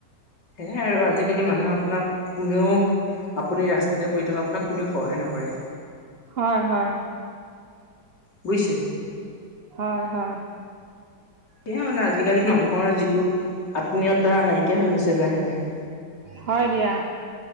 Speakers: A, on the left (about 65°); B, on the right (about 45°).
A: সেয়াই আৰু আজিকালি মানুহে আপোনাক কোনেও আপুনি ৰাস্তাতে পৰি থকা আপোনাক কোনেও সহায় নকৰে।
B: হয় হয়।
A: বুজিছে?
B: হয় হয়।
A: সেয়া মানে আজিকালি মানুহৰ যিটো আত্মীয়তা নাইকিয়া হৈ গৈছে লাহে লাহে।
B: হয় দিয়া।